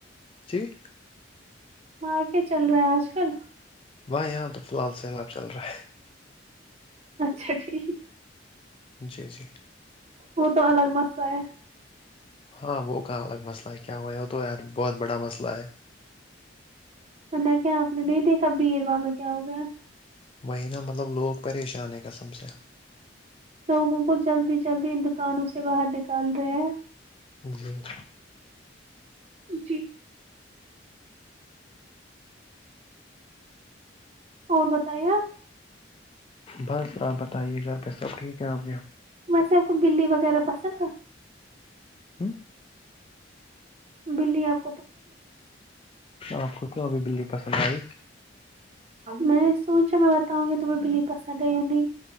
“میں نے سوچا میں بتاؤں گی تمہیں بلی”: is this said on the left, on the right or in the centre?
Right